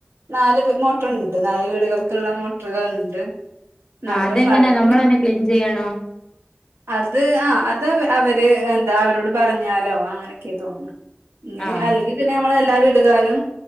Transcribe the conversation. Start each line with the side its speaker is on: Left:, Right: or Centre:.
Right: നാല് മോട്ടറുണ്ട് നാല് വീടുകൾക്കുള്ള മോട്ടറുകൾ ഇണ്ട് ന്നാലും
Left: ആഹ് അതെങ്ങനെ
Right: വെള്ളം
Left: നമ്മളന്നെ ക്ലീൻ ചെയ്യാണോ
Right: അത് ആ അത് അവര് എന്താ അവരോട് പറഞ്ഞാലോ അങ്ങനെയൊക്കെയ തോന്നുന്നു ഇ
Left: ആഹ്
Right: അല്ലെങ്കിൽ പിന്നെ നമ്മള് എല്ലാവരും കാരും